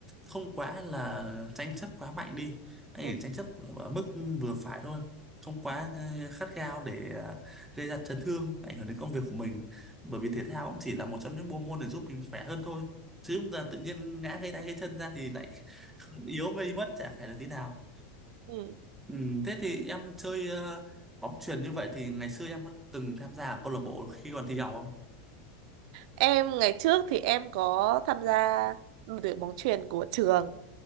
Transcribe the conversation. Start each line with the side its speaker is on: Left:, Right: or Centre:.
Centre: không quá là tranh chấp quá mạnh đi anh
Right: Ừ.
Centre: chỉ tranh chấp ở mức vừa phải thôi không quá ờ, khát khao để ờ, gây ra chấn thương ảnh hưởng đến công việc của mình bởi vì thể thao cũng chỉ là một trong những bộ môn để giúp mình khỏe hơn thôi chứ chúng ta tự nhiên ngã gãy tay gãy chân ra thì lại <laughs> yếu mây mất chả khỏe được tí nào
Right: Ừ.
Centre: Ừ, thế thì em chơi ờ, bóng chuyền như vậy thì ngày xưa em có từng tham gia ở câu lạc bộ khi còn thi học không?
Right: Em ngày trước thì em có tham gia đội tuyển bóng chuyền của trường